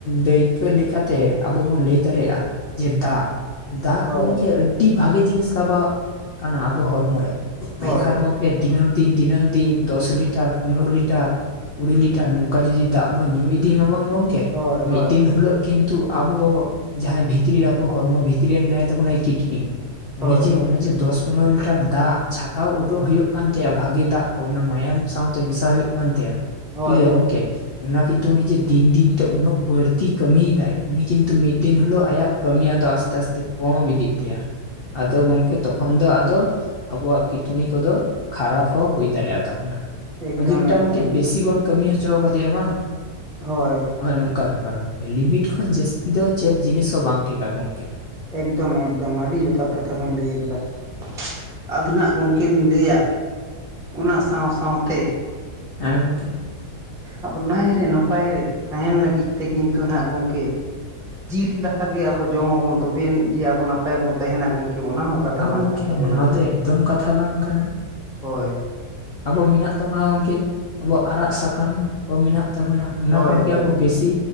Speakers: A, on the left; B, in the centre.
A: ᱫᱟᱹᱭ ᱟᱹ ᱞᱮᱠᱟᱛᱮ ᱟᱵᱚ ᱵᱚᱱ ᱞᱟᱹᱭ ᱫᱟᱲᱮᱭᱟᱜᱼᱟ ᱡᱮ ᱫᱟᱜ ᱫᱟᱜ
B: ᱦᱳᱭ
A: ᱜᱚᱢᱠᱮ ᱟᱹᱰᱤ ᱟᱹᱰᱤ ᱵᱷᱟᱜᱤ ᱡᱤᱱᱤᱥ ᱠᱟᱵᱟ ᱠᱟᱱᱟ ᱟᱵᱚ ᱦᱚᱲᱢᱚ ᱨᱮ ᱢᱮᱱᱠᱷᱟᱱ
B: ᱦᱳᱭ
A: ᱫᱤᱱᱟᱹᱢ ᱫᱤᱱ ᱫᱤᱱᱟᱹᱢ ᱫᱤᱱ ᱫᱚᱥ ᱞᱤᱴᱟᱨ ᱯᱚᱱᱮᱨᱚ ᱞᱤᱴᱟᱨ ᱠᱩᱲᱤ ᱞᱤᱴᱟᱨ ᱱᱚᱝᱠᱟ ᱡᱩᱫᱤ ᱫᱟᱜ ᱵᱚᱱ ᱧᱩ ᱤᱫᱤ ᱢᱟ ᱵᱟᱝ ᱜᱚᱝᱠᱮ
B: ᱦᱳᱭ
A: ᱢᱤᱫ
B: ᱦᱳᱭ
A: ᱫᱤᱱ ᱦᱤᱞᱚᱜ ᱠᱤᱱᱛᱩ ᱟᱵᱚ ᱡᱟᱦᱟᱸᱭ ᱵᱷᱤᱛᱨᱤ ᱨᱮ ᱟᱵᱚ ᱦᱚᱲᱢᱚ ᱵᱷᱤᱛᱨᱤ ᱨᱮ ᱢᱮᱱᱟᱭ ᱛᱟᱵᱚᱱᱟᱭ ᱠᱤᱰᱱᱤ
B: ᱦᱳᱭ
A: ᱩᱱᱤ ᱡᱮ ᱩᱱᱤ ᱡᱮ ᱫᱚᱥ ᱩᱱᱚ ᱞᱤᱴᱟᱨ ᱫᱟᱜ ᱪᱷᱟᱠᱟᱣ ᱩᱰᱩᱜ ᱦᱩᱭᱩᱜ ᱠᱟᱱ ᱛᱟᱭᱟ ᱵᱷᱟᱜᱤ ᱫᱟᱜ ᱠᱚ ᱚᱱᱟ ᱢᱟᱭᱟᱢ ᱥᱟᱶᱛᱮ ᱢᱮᱥᱟ ᱦᱩᱭᱩᱜ ᱠᱟᱱ ᱛᱟᱭᱟ
B: ᱦᱳᱭ
A: ᱴᱷᱤᱠ ᱜᱮᱭᱟ ᱜᱚᱝᱠᱮ ᱚᱱᱟ ᱠᱤᱱᱛᱩ ᱩᱱᱤ ᱩᱱᱤᱡᱮ ᱫᱤᱱ ᱫᱤᱱ ᱛᱮ ᱩᱱᱟᱹᱜ ᱵᱟᱹᱲᱛᱤᱭ ᱠᱟᱹᱢᱤᱭᱮᱫᱟᱭ ᱩᱱᱤ ᱠᱤᱱᱛᱩ ᱢᱤᱫ ᱫᱤᱱ ᱦᱤᱞᱚᱜ ᱟᱭᱟᱜ ᱠᱟᱹᱢᱤᱭᱟᱜ ᱫᱚ ᱟᱥᱛᱮ ᱟᱥᱛᱮ ᱠᱚᱢ ᱤᱫᱤ ᱟᱫᱚ ᱜᱚᱢᱠᱮ ᱛᱚᱠᱷᱚᱱ ᱫᱚ ᱟᱫᱚ ᱟᱵᱚᱣᱟᱜ ᱠᱤᱰᱱᱤ ᱠᱚᱫᱚ ᱠᱷᱟᱨᱟᱯ ᱦᱚᱸ ᱦᱩᱭ ᱫᱟᱲᱮᱭᱟᱜ ᱛᱟᱵᱚᱱᱟ ᱾
B: ᱮᱠᱫᱚᱢ
A: ᱟᱨ ᱡᱩᱫᱤ ᱢᱤᱫᱴᱟᱝ
B: ᱮᱠᱫᱚᱢ
A: ᱜᱚᱢᱠᱮ ᱵᱮᱥᱤ ᱵᱚᱱ ᱠᱟᱹᱢᱤ ᱦᱚᱪᱚ ᱟᱠᱟᱫᱮᱭᱟ ᱵᱟᱝ
B: ᱦᱳᱭ ᱾
A: ᱱᱚᱜ ᱱᱚᱢᱠᱟ ᱵᱮᱯᱟᱨ ᱜᱚᱝᱠᱮ ᱞᱤᱢᱤᱴ ᱠᱷᱚᱱ ᱡᱟᱹᱥᱛᱤ ᱫᱚ ᱪᱮᱫ ᱡᱤᱱᱤᱥ ᱦᱚᱸ ᱵᱟᱝ ᱴᱷᱤᱠᱟ ᱜᱚᱢᱠᱮ ᱾
B: ᱮᱠᱫᱚᱢ ᱮᱠᱫᱚᱢ ᱟᱹᱰᱤ ᱡᱚᱛᱷᱟᱛ ᱠᱟᱛᱷᱟ ᱵᱤᱱ ᱞᱟᱹᱭ ᱟᱠᱟᱫᱟ ᱾ ᱟᱫᱱᱟᱜ ᱜᱚᱢᱠᱮ ᱞᱤᱧ ᱞᱟᱹᱭᱟ ᱚᱱᱟ ᱥᱟᱶ ᱥᱟᱶ ᱛᱮ
A: ᱦᱮᱸ ᱜᱚᱢᱠᱮ ᱾
B: ᱟᱵᱚ ᱱᱟᱭᱨᱮ ᱱᱟᱯᱟᱭ ᱨᱮ ᱛᱟᱸᱦᱮᱱ ᱞᱟᱹᱜᱤᱫ ᱛᱮ ᱠᱤᱱᱛᱩ ᱱᱟᱜ ᱜᱚᱢᱠᱮ ᱡᱤᱞ ᱫᱟᱠᱟ ᱜᱮ ᱟᱵᱚ ᱡᱚᱢᱟᱵᱚᱱ ᱛᱚᱵᱮ ᱟᱹᱱᱤᱡ ᱡᱮ ᱟᱵᱚ ᱱᱟᱯᱟᱭ ᱵᱚᱱ ᱛᱟᱸᱦᱮᱱᱟ ᱜᱚᱝᱠᱮ ᱚᱱᱟ ᱦᱚᱸ ᱠᱟᱛᱷᱟ ᱵᱟᱝ
A: ᱜᱚᱝᱠᱮ
B: ᱠᱟᱱ ᱛᱟᱵᱚᱱᱟ,
A: ᱱᱚᱣᱟ ᱫᱚ ᱮᱠᱫᱚᱢ ᱠᱟᱛᱷᱟ ᱵᱟᱝ ᱠᱟᱱᱟ
B: ᱦᱳᱭ ᱾
A: ᱟᱵᱚ ᱢᱮᱱᱟᱜ ᱛᱟᱵᱚᱱᱟ ᱜᱚᱢᱠᱮ ᱟᱵᱚᱣᱟᱜ ᱟᱲᱟᱜ ᱥᱟᱠᱟᱢ ᱾ ᱠᱚ ᱢᱮᱱᱟᱜ ᱛᱟᱵᱚᱱᱟ ᱚᱱᱟ
B: ᱦᱳᱭ
A: ᱠᱷᱚᱱ ᱜᱮ
B: ᱦᱳᱭ
A: ᱟᱵᱚ ᱵᱮᱥᱤ